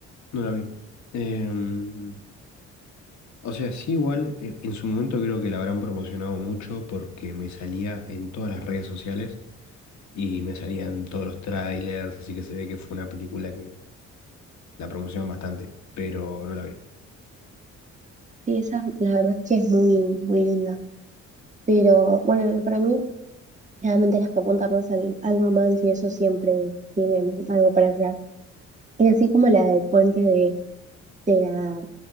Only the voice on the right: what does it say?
Sí, esa la verdad es que es muy, muy linda. Pero bueno, para mí Realmente las que apuntan más al, al romance y eso siempre tienen algo para allá. Y así como la del puente de, de la